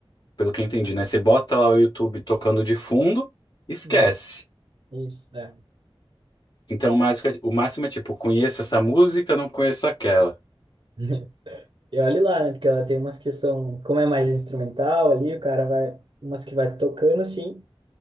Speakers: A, on the left; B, on the right.
A: pelo que eu entendi, né? Você bota lá o YouTube tocando de fundo, esquece.
B: Uhum. Isso, é.
A: Então, o máximo é, o máximo é tipo, conheço essa música, não conheço aquela,
B: <laughs> E olhe lá, né, porque ela tem umas que são, como é mais instrumental ali, o cara vai, umas que vai tocando assim.